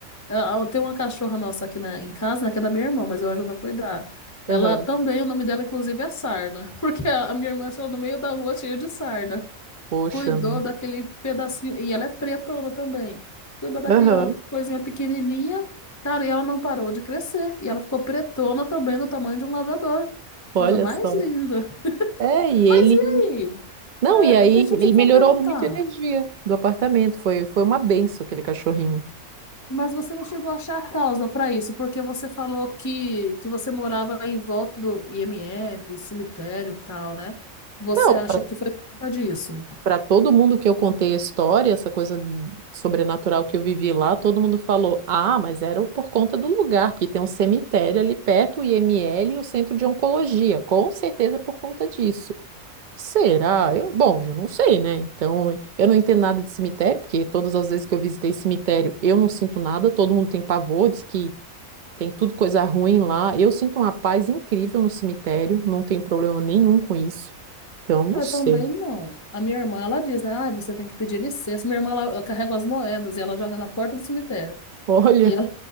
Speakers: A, on the left; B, on the right.
A: Eu eu tenho uma cachorra nossa aqui na, em casa, né, que é da minha irmã, mas eu ajudo a cuidar. Ela
B: Aham.
A: também, o nome dela, inclusive, é Sarna, <laughs> porque a a minha irmã achou no meio da rua cheio de sarna.
B: Poxa,
A: cuidou
B: né?
A: daquele pedacinho, e ela é pretona também, cuidou daquela
B: Aham.
A: coisinha pequenininha, cara, e ela não parou de crescer, e ela ficou pretona também do tamanho de um labrador.
B: Olha
A: Coisa mais
B: só.
A: linda.
B: É, e ele.
A: Mas e aí?
B: Não,
A: É,
B: e aí
A: deixa
B: ele
A: eu te fa-
B: melhorou
A: perguntar.
B: muito a energia do apartamento. Foi, foi uma benção aquele cachorrinho.
A: Mas você não chegou a achar a causa para isso, porque você falou que, que você morava em volta do IML, cemitério e tal, né? Você
B: Então,
A: acha
B: para
A: que foi por conta disso?
B: Para todo mundo que eu contei a história, essa coisa sobrenatural que eu vivi lá, todo mundo falou: Ah, mas era por conta do lugar, porque tem um cemitério ali perto, o IML e o centro de oncologia. Com certeza é por conta disso. Será? Eu, bom, eu não sei, né? Então, eu não entendo nada de cemitério, porque todas as vezes que eu visitei cemitério, eu não sinto nada, todo mundo tem pavor, diz que tem tudo coisa ruim lá. Eu sinto uma paz incrível no cemitério, não tenho problema nenhum com isso. Então, não
A: Eu
B: sei.
A: também não. A minha irmã, ela diz, né? Ah, você tem que pedir licença. Minha irmã, ela, ela carrega as moedas e ela joga na porta do cemitério.
B: <laughs> Olha.
A: e